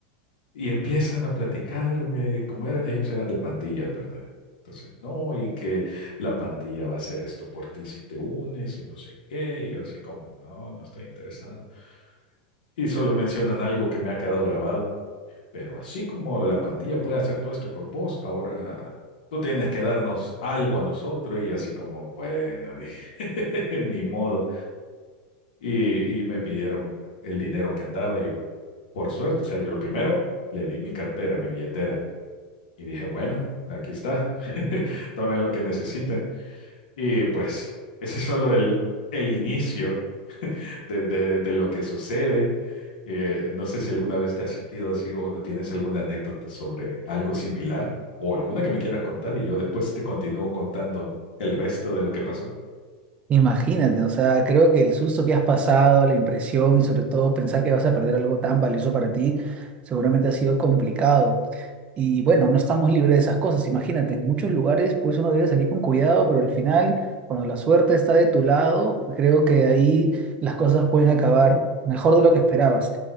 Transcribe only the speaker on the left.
y empiezan a platicarme, como era, ellos eran de pandilla, ¿verdad? Entonces, no, y que la pandilla va a hacer esto por ti si te unes y no sé qué. Y yo así como, no, no estoy interesado. Y solo mencionan algo que me ha quedado grabado. Pero así como la pandilla puede hacer todo esto por vos, ahora tú tienes que darnos algo a nosotros y así como, bueno, <laughs> <laughs> ni modo. Y, y me pidieron el dinero que andaba y yo, por suerte, o sea, yo lo primero le di mi cartera, mi billetera y dije, bueno, aquí está, <laughs> tomen lo que necesiten. Y pues ese es solo el, el inicio de, de, de lo que sucede. Eh, no sé si alguna vez te has sentido así o tienes alguna anécdota sobre algo similar o alguna que me quieras contar y yo después te continúo contando el resto de lo que pasó.